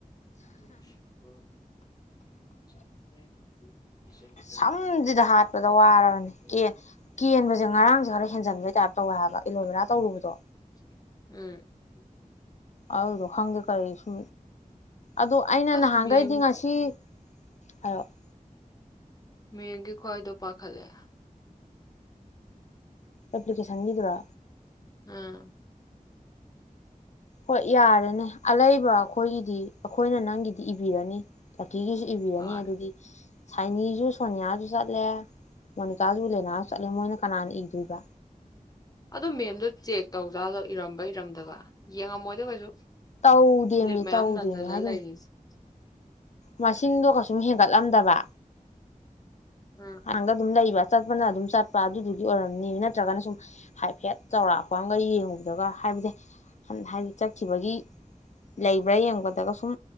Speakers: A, on the left; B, on the left.
A: ꯂꯧꯁꯤꯟꯕ ꯉꯝꯗꯕ
B: ꯁꯝꯁꯤꯗ ꯍꯥꯠꯄꯗ ꯋꯥꯔꯕꯅꯤ ꯀꯦꯟ ꯀꯦꯟꯕꯁꯦ ꯉꯔꯥꯡꯁꯦ ꯈꯔ ꯍꯦꯟꯖꯟꯕꯩ ꯇꯥꯏꯞ ꯇꯧꯋꯦ ꯍꯥꯏꯕ ꯑꯦꯂꯣꯕꯦꯔꯥ
A: ꯂꯧꯁꯤꯟꯕ
B: ꯇꯧꯔꯨꯕꯗꯣ
A: ꯉꯝꯗꯕ ꯎꯝ
B: ꯑꯗꯨꯗꯣ ꯈꯪꯗꯦ ꯀꯔꯤꯁꯨ ꯑꯗꯣ ꯑꯩꯅ
A: ꯑꯁ
B: ꯅꯍꯥꯟꯒꯩꯗꯤ
A: ꯃꯦꯝ
B: ꯉꯁꯤ ꯍꯥꯏꯔꯛꯑꯣ
A: ꯃꯦꯡꯒꯤ ꯈꯨꯍꯥꯏꯗꯣ ꯄꯥꯈꯠꯂꯦ
B: ꯑꯦꯄ꯭ꯂꯤꯀꯦꯁꯟꯒꯤꯗꯨꯔꯥ
A: ꯎꯝ
B: ꯍꯣꯏ ꯌꯥꯔꯦꯅꯦ ꯑꯂꯩꯕ ꯑꯩꯈꯣꯏꯒꯤꯗꯤ ꯑꯩꯈꯣꯏꯅ ꯅꯪꯒꯤꯗꯤ ꯏꯕꯤꯔꯅꯤ- ꯇꯤꯒꯤꯁꯨ ꯏꯕꯤꯔꯅꯤ
A: ꯍꯣꯏ
B: ꯑꯗꯨꯗꯤ ꯁꯥꯏꯅꯤꯖꯨ ꯁꯣꯅꯤꯌꯥꯖꯨ ꯆꯠꯂꯦ ꯃꯣꯅꯤꯀꯥꯖꯨ ꯂꯦꯅꯥꯖꯨ ꯆꯠꯂꯦ ꯃꯣꯏꯅ ꯀꯅꯥꯅ ꯏꯗꯣꯏꯕ
A: ꯑꯗꯨ ꯃꯦꯝꯗꯣ ꯆꯦꯛ ꯇꯧꯖꯥꯠꯂꯣ ꯏꯔꯝꯕ ꯏꯔꯝꯗꯕ ꯌꯦꯡꯉꯝꯃꯣꯏꯗ ꯀꯩꯁꯨ
B: ꯇꯧꯗꯦꯃꯤ
A: ꯂꯤꯞ ꯃꯌꯥꯝ
B: ꯇꯧꯗꯦꯃꯤ
A: ꯅꯟꯖꯜꯂ
B: ꯍꯥꯏꯗꯤ
A: ꯂꯩꯔꯤꯁꯦ ꯇꯥꯕ ꯉꯝꯗꯕ
B: ꯃꯁꯤꯡꯗꯣ ꯀꯩꯁꯨꯝ ꯍꯦꯟꯒꯠꯂꯝꯗꯕ
A: ꯎꯝ
B: ꯍꯥꯡꯗ ꯑꯗꯨꯝ ꯂꯩꯕ ꯆꯠꯄꯅ ꯑꯗꯨꯝ ꯆꯠꯄ ꯑꯗꯨꯗꯨꯒꯤ ꯑꯣꯏꯔꯝꯅꯤꯃꯤ ꯅꯠꯇ꯭ꯔꯒꯅ ꯁꯨꯝ ꯍꯥꯏꯐꯦꯠ ꯆꯥꯎꯔꯥꯛꯄ ꯑꯃꯒ ꯌꯦꯡꯉꯨꯕꯗꯒ ꯍꯥꯏꯕꯗꯤ ꯍꯟ ꯍꯥꯏꯗꯤ ꯆꯠꯈꯤꯕꯒꯤ ꯂꯩꯕ꯭ꯔꯥ ꯌꯦꯡꯕꯗꯒ ꯁꯨꯝ